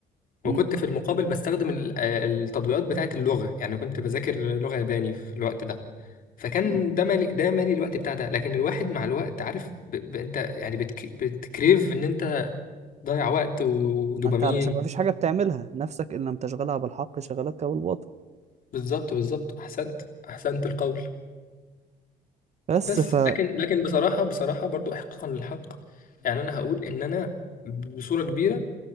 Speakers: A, on the left; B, on the right.
A: وكنت
B: امم
A: في المقابل بستخدم ال- آه، التطبيقات بتاعه اللغه يعني كنت بذاكر لغه ياباني في الوقت ده فكان
B: أمم.
A: ده مالي ده مالي الوقت بتاع ده لكن الواحد مع الوقت عارف ب... ب... انت يعني بتك... بتكريف ان انت ضيع وقت ودوبامين
B: ما انت علشان ما فيش حاجة بتعملها نفسك ان لم تشغلها بالحق شغلتك بالباطل
A: بالظبط بالظبط احسنت احسنت القول
B: بس
A: بس
B: ف
A: لكن لكن بصراحه بصراحه برضو احقاقا للحق يعني انا هقول ان انا بصوره كبيره